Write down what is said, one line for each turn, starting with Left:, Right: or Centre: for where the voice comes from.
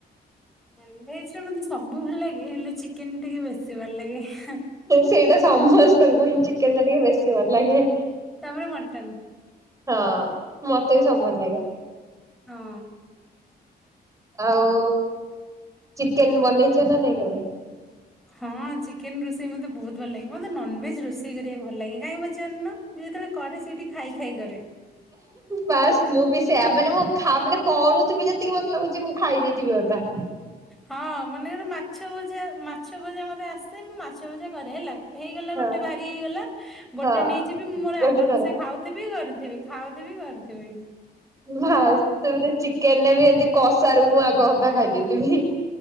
Centre: ନନ୍ଭେଜରେ ମତେ ସବୁ ଭଲ ଲାଗେ ହେଲେ ଚିକେନ ଟିକେ ବେଶୀ ଭଲ ଲାଗେ।
Right: ସେଇଟା ସମ ତମକୁ ହିଁ ଚିକେନ୍ ଟା ଟିକେ ବେଶୀ ଭଲ ଲାଗେ,
Centre: ତାପରେ ମଟନ।
Right: ହଁ। ମତେ ବି ସବୁ ଭଲ ଲାଗେ।
Centre: ହଁ।
Right: ଆଉ ଚିକେନ୍ ବନେଇଚ ନା ନାଇଁ କେବେ?
Centre: ହଁ ଚିକେନ୍ ରୋଷେଇ ମତେ ବହୁତ ଭଲ ଲାଗେ ମତେ ନନଭେଜ୍ ରୋଷେଇ କରିବାକୁ ଭଲ ଲାଗେ କାହିଁ ପଚାରୁନ। ମୁଁ ଯେତେବେଳେ କରେ ସେଇଠି ଖାଇ ଖାଇ କରେ।
Right: ବାସ୍ ମୁଁ ବି ସେଇୟା ମାନେ ମୁଁ ଖା ମାନେ କରୁଥିବି ଯେତିକି ମୋତେ ଲାଗୁଛି ମୁଁ ଖାଇ ଦେଇଥିବି ଅଧା।
Centre: ହଁ ମନେକର ମାଛ ଭଜା ମାଛ ଭଜା ମତେ ଆସେ ମୁଁ ମାଛ ଭଜା କରେ ହେଲା। ହେଇଗଲା
Right: ହଁ
Centre: ଗୋଟେ ଭାରି ହେଇଗଲା ଗୋଟେ
Right: ହଁ
Centre: ନେଇଯିବି ମୁଁ ମୋର
Right: ଗୋଟେ
Centre: ଆରାମ୍
Right: ଥର।
Centre: ସେ ଖାଉଥିବି କରୁଥିବି। ଖାଉଥିବି କରୁଥିବି।
Right: ବାସ୍ ତାପରେ ଚିକେନରେ ବି ଏମିତି କଷାରୁ ମୁଁ ଆଗ ଅଧା ଖାଇଦେଇଥିବି।